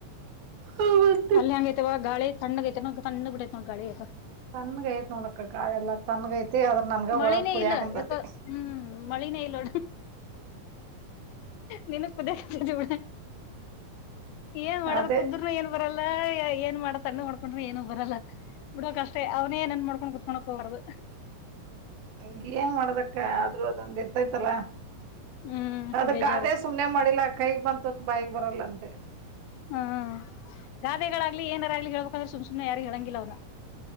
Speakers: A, on the right; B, on the left.
A: ಹ್ಮ.
B: ಅಲ್ಲಿ ಹೆಂಗ ಐತೈವ ಗಾಳಿ ತಣ್ಣಗ್ ಐತೆನ ತಣ್ಣಗ ಬೀಟೈತ ಗಾಳಿ ಯಾಕೊ.
A: ತನ್ಗ ಐತ್ ನೋಡಕ ಗಾಳಿ ಎಲ್ಲ ತನ್ಗ ಐತಿ. ಆದ್ರ, ನನ್ಗ
B: ಮಳಿನೇ
A: ಒಳಗ್ ಕುದಿಯಾಕ
B: ಇಲ್ಲ
A: ಕುಂತೈತಿ
B: ಯಾಕೊ ಹ್ಮ್. ಮಳಿನೇ ಇಲ್ಲೋಡ ನೀನ್ನೇ ಕುದಿ ಇತ್ತ ಬಿಡ. ಏನ್ ಮಾಡದು
A: ಅದೇ
B: ಕುದ್ರರನು ಏನ್ ಬರಲ್ಲ ಏನ್ ಮಾಡ ತಣ್ಣಗ್ ಮಾಡ್ಕೊಂಡ್ರಿ ಏನು ಬರಲ್ಲ ಬಿಡ್ಬೇಕ ಅಷ್ಟೆ ಅವನೇ ಏನ್ ಮಾಡ್ಕೊಂಡು ಕುತ್ಕೋಣ್ಕ ಹೋಗಬಾಡ್ದ.
A: ಹ ಏನ್ ಮಾಡುದಕ್ಕ ಆದ್ರೂ ಅದೊಂದ ಇರ್ತೈತಲ್ಲ.
B: ಹ್ಮ್
A: ಅದ
B: ಬೇಜಾರು
A: ಗಾದೆ ಸುಮ್ನೆ ಮಾಡಿಲ್ಲ ಕೈಗ್ ಬಂತ ತುತ್ತು ಬಾಯಿಗಿ ಬರಲ್ಲ ಅಂತೆ.
B: ಹಾ ಗಾದೆಗಳಾಗ್ಲಿ ಏನಾರಾಗ್ಲಿ ಹೇಳ್ಬೇಕಂದ್ರ ಸುಮ್ ಸುಮ್ಮನೆ ಯಾರಿಗ್ ಹೇಳಂಗಿಲ್ಲ ಅವ್ನ.